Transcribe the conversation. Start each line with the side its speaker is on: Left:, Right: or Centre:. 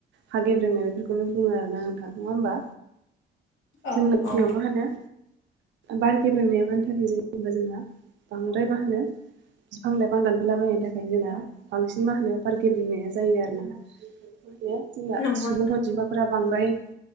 Right: हा गेब्रेंनाय बेफोरखौनो बुङो आरोना नोंथां नङा होमबा
Left: औ
Right: जोंना गयाव
Left: औ
Right: मा होनो बार गेब्रेंनाया मानि थाखाय जायोबा जोंना बांद्राय मा होनो बिफां लाइफां दानफायला बायनायनि थाखायनो जोंना बांसिन मा होनो बार गेब्रेंनाया जायो आरोना जोंहा
Left: नंगौ
Right: सुबुं अनजिमा फोर बांद्राय